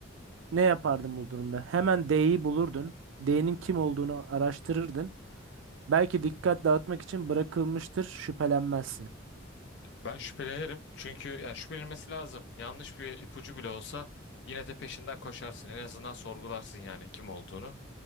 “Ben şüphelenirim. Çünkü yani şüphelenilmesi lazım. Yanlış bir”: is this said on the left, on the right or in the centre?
Left